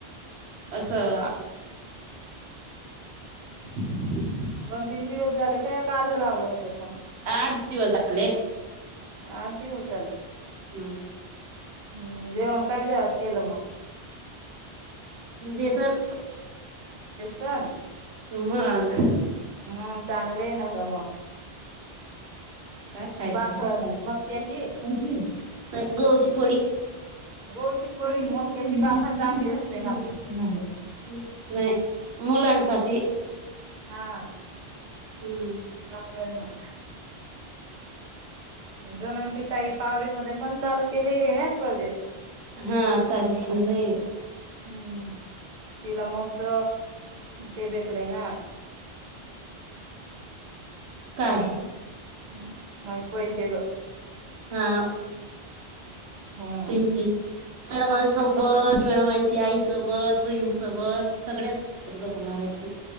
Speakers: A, on the right (about 80°); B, on the right (about 50°).
A: असं <inaudible>
B: दोन तीन दिवस झाले काय आज लावलं होतं. पण
A: आठ दिवस झाले.
B: आठ दिवस झाले.
A: हम्म
B: हम्म जेवण काय झा केलं मग
A: बेसन
B: सन
A: मग
B: हम् चांगल आहे ना ग मग
A: काय खायचं
B: बाखर मक्याची
A: <unintelligible> नाही गवाची पोळी
B: गहूची पळी
A: हो
B: मक्याची
A: ती पण <unintelligible>
B: बाखर चांगली
A: ना
B: असते
A: ग नाही मुलांसाठी
B: हा.
A: हम्म.
B: चांगलंय ना मग जणून ती ताई पावरीमध्ये पण चालू केलेली आहे ना प्रोजेक्ट
A: हा चालू केलेलं आहे. <inaudible>
B: हम्म तिला मस्त ते भेटले ना
A: काय
B: म्हणून माहित पैसे ग
A: हा
B: हम्म
A: ते मॅडमां स पत मेळमांची आईसोबत बहिणीसोबत सगळ्यांोत गप्पा महाराजची